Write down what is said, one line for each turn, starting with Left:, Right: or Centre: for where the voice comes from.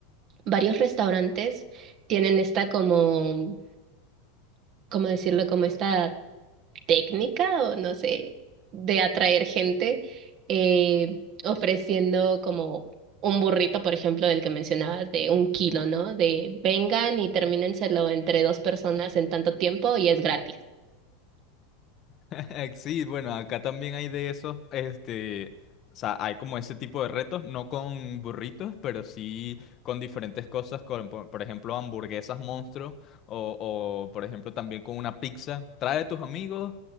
Right: varios restaurantes tienen esta como, ¿cómo decirlo? Como esta técnica o no sé, de atraer gente eh, ofreciendo como un burrito, por ejemplo, del que mencionabas, de un kilo, ¿no? De vengan y termínenselo entre dos personas en tanto tiempo y es gratis.
Left: <laughs> Sí, bueno, acá también hay de esos, este, o sea, hay como ese tipo de retos, no con burritos, pero sí con diferentes cosas, con, por, por ejemplo, hamburguesas monstruo o, o, por ejemplo, también con una pizza. Trae a tus amigos,